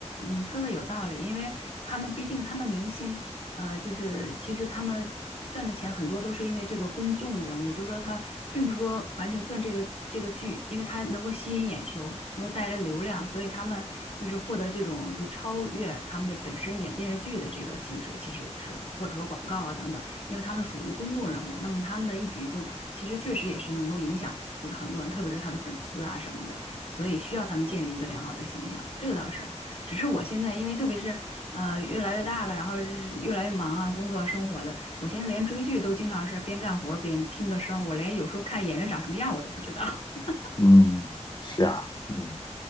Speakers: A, on the left (about 55°); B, on the left (about 40°).
A: 你说的有道理，因为他们毕竟他们明星，呃，就是其实他们赚的钱很多都是因为这个公众人物，就是说他并不是说完全赚这个这个剧，因为他能够吸引眼球，能够带来流量，所以他们就是获得这种就超越他们这本身演电视剧的这个薪水，其实说或者说广告啊等等，因为他们属于公众人物，那么他们的一举一动其实确实也是能够影响，就是很多人，特别是他的粉丝啊什么的。所以需要他们建立一个良好的形象，这个倒是。只是我现在因为特别是呃越来越大了，然后是越来越忙啊，工作生活的，我现在连追剧都经常是边干活儿边听个声儿我连有时候看演员长什么样我都不知道。<laughs>
B: 嗯，是啊，嗯，